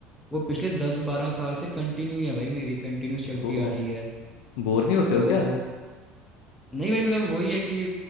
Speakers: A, in the centre; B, on the left.
A: वो पिछले दस बारह साल से कंटिन्यू है भाई मेरी कंटिन्यूस चलती
B: ओह
A: आ रही है
B: बोर नहीं होते
A: तो
B: हो क्या
A: नहीं भाई मतलब वही है कि